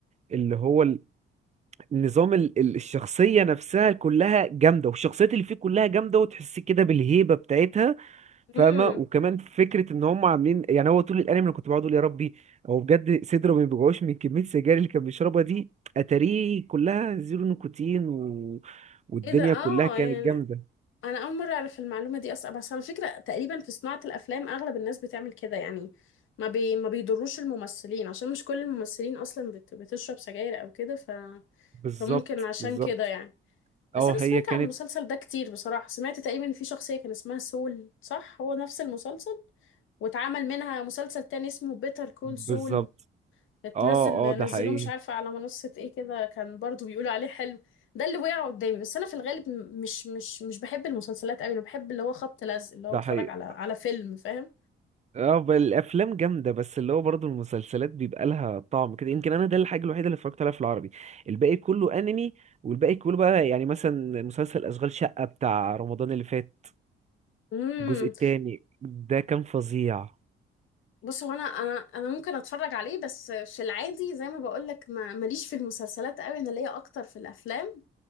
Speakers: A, on the right (about 35°); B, on the left (about 80°).
A: اللي هو ال- النظام ال- ال- الشخصية نفسها كلها جامدة والشخصيات اللي فيه كلها جامدة وتحس كده بالهيبة بتاعتها فاهمة
B: امم
A: وكمان فكرة ان هم عاملين يعني هو طول الانمي انا كنت بقعد اقول يا ربي هو بجد صدره ما بيوجعوش من كمية السجاير اللي كان بيشربها دي اتاريه كلها زيرو نيكوتين و... والدنيا
B: ايه ده اه
A: كلها كانت
B: يعني
A: جامدة
B: انا اول مره اعرف المعلومه دي اصلا بس على فكره تقريبا في صناعه الافلام اغلب الناس بتعمل كده يعني ما بي ما بيضروش الممثلين عشان مش كل الممثلين اصلا بت... بتشرب سجاير او كده ف
A: بالظبط
B: فممكن عشان
A: بالظبط
B: كده يعني بس
A: اه
B: انا
A: هي
B: سمعت
A: كانت
B: عن المسلسل ده كتير بصراحه سمعت تقريبا ان في شخصيه كان اسمها سول صح هو نفس المسلسل واتعمل منها مسلسل تاني اسمه بيتر كول
A: بالظبط
B: سول اتنزل
A: اه اه ده
B: نزلوه
A: حقيقي
B: مش عارفة على منصة ايه كده كان برضو بيقولوا عليه حلو ده اللي وقع قدامي بس انا في الغالب م- مش مش مش بحب المسلسلات قوي انا بحب اللي هو خبط لزق اللي هو
A: ده
B: اتفرج
A: حقيقي
B: على على فيلم فاهم
A: اه ب- الافلام جامده بس اللي هو برضه المسلسلات بيبقى لها طعم كده يمكن انا ده الحاجه الوحيده اللي اتفرجت عليها في العربي الباقي كله انمي والباقي كله بقى يعني مثلا مسلسل اشغال شقه بتاع رمضان اللي فات
B: امم
A: الجزء التاني ده كان فظيع
B: بص هو انا انا انا ممكن اتفرج عليه بس في العادي زي ما بقول لك ما ماليش في المسلسلات قوي انا ليا اكتر في الافلام